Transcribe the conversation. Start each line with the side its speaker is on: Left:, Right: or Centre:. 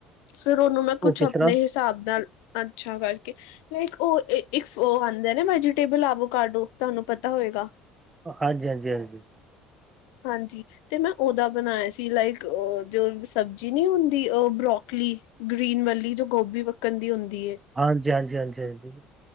Left: ਫਿਰ ਓਨੂੰ ਮੈਂ ਕੁਛ
Right: ਉਹ ਕਿਸ
Left: ਆਪਣੇ
Right: ਤਰ੍ਹਾਂ
Left: ਹਿਸਾਬ ਨਾਲ ਅੱਛਾ ਕਰਕੇ ਓ ਇੱਕ ਓ ਇ ਇੱਕ ਓ ਆਂਦੇ ਆ ਨਾਂ, ਵੈਜੀਟੇਬਲ ਆਵੋ ਕਾਡੋ ਤਾਨੂੰ ਪਤਾ ਹੋਏਗਾ।
Right: ਹਾਂਜੀ, ਹਾਂਜੀ, ਹਾਂਜੀ।
Left: ਹਾਂਜੀ ਤੇ ਮੈਂ ਓਦਾ ਬਣਾਇਆ ਸੀ, ਲਾਈਕ ਉਹ ਜੋ ਸਬਜ਼ੀ ਨੀਂ ਹੁੰਦੀ ਓ ਬਰੋਕ ਗ੍ਰੀਨ ਵਲੀ ਜੋ ਗੋਭੀ ਵੱਕਣ ਦੀ ਹੁੰਦੀ ਐ।
Right: ਹਾਂਜੀ, ਹਾਂਜੀ, ਹਾਂਜੀ, ਹਾਂਜੀ।